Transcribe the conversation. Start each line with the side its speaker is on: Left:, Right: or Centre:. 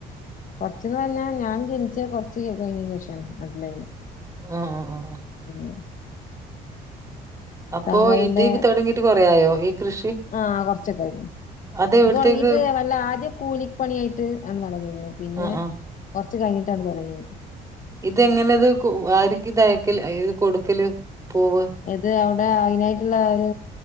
Left: കൊറച്ചന്ന് പറഞ്ഞാൽ ഞാൻ ജനിച്ച കൊറച്ച് കഴിഞ്ഞത്തിനു ശേഷാണ് നാട്ടില
Right: ആഹ് ആഹ് ആഹ്
Left: ആഹ്
Right: അപ്പൊ
Left: താമരേന്റെ
Right: ഇത് തൊടങ്ങിട്ട് കൊറേ ആയോ ഈ കൃഷി
Left: ആ കൊറച്ചൊക്ക കഴിഞ്ഞ്
Right: അത് എവിടത്തേക്ക്
Left: ഇത് തൊടങ്ങിട്ട് വല്ല ആദ്യ കൂലി പണിയായിട്ട് ആണ് തൊടങിയിരുന്ന പിന്നെ
Right: ആഹ് ആഹ്
Left: കൊറച്ച് കഴിഞ്ഞിട്ടാണ് തൊടങ്ങിയ
Right: ഇതെങ്ങനെത് കു ആർക്ക് ത് അയക്കല് ഇത് കൊടുക്കല് പോവാ
Left: ഇത് അവിടെ അയിനായിട്ട് ഉള്ള ഒരു